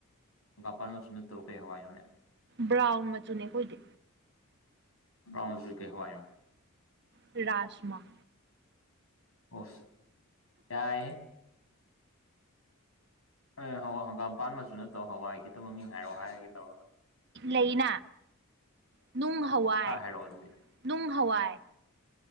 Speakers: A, on the left; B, on the right.
A: ꯍꯪꯒꯥꯝꯄꯥꯟ ꯃꯆꯨ ꯅꯠꯇꯧ ꯀꯔꯤ ꯍꯋꯥꯏꯅꯣꯅꯦ
B: ꯕ꯭ꯔꯥꯥꯎꯟ ꯃꯆꯨꯅꯦ ꯀꯣꯏꯗ
A: ꯕꯥꯎꯟ ꯃꯆꯨ ꯀꯩ ꯍꯋꯥꯏꯅꯣ
B: ꯔꯥꯁꯃꯥ
A: ꯑꯣ ꯌꯥꯍꯥꯏ ꯑꯦ ꯍꯋꯥ ꯍꯪꯒꯥꯝꯄꯥ ꯃꯆꯨ ꯅꯠꯇꯣ ꯍꯋꯥꯏ ꯈꯤꯇꯪ ꯃꯃꯤꯡ ꯍꯥꯏꯔꯛꯑꯣ ꯍꯥꯏꯔꯒꯦ ꯇꯧꯔꯒ
B: ꯂꯩꯅ ꯅꯨꯡ ꯍꯋꯥꯏ
A: ꯈꯔ ꯍꯥꯏꯔꯛꯑꯣ ꯑꯗꯨꯗꯤ
B: ꯅꯨꯡ ꯍꯋꯥꯏ